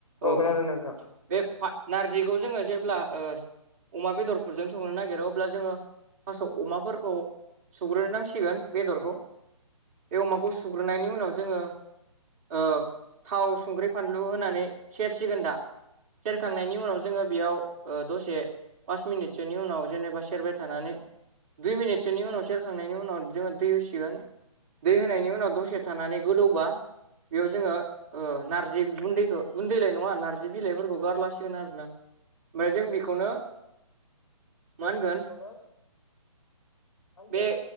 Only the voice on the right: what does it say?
औ-औ
बे फा नारजिखौ जोङो जेब्ला ओ। अमा बेदरफोरजों संनो नागिरो अब्ला जोङो। फार्सआव अमाफोरखौ सुग्रोनांसिगोन बेदरखौ। बे अमाखौ सुग्रोननायनि उनाव जोङो ओ थाव, संख्रै, फान। लु होनानै सेरसिगोन दा सेरखांनायनि उनाव जोङो बियाव। ओ दसे पास मिनिटसोनि उनाव जेनेबा सेरबाय थानानै। दुइ मिनिटसोनि उनाव सेरखांनायनि उनाव जोङो दै होसिगोन। दै होनायनि उनाव दसे थानानै गोदौबा। बेयाव जोङो ओ नारजि गुन्दैखौ-गुन्दैलाय नङा नारजि बिलाइफोरखौ गारलासि। न आरोना ओमफ्राय जों बेखौनो।
मा होनगोन
बे